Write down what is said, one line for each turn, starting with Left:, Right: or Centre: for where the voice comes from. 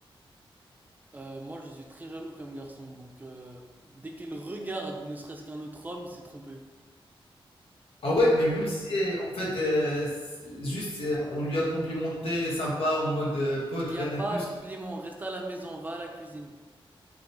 Right: Euh, moi, je suis très jaloux comme garçon, donc euh, dès qu'elle regarde ne serait-ce qu'un autre homme, c'est trompé.
Left: Ah ouais, mais même si euh, en fait euh, c'est juste euh, on lui a complimenté sympa en mode euh, pote
Right: Il
Left: rien
Right: n'y a pas
Left: de plus.
Right: compliment, reste à la maison, va à la cuisine.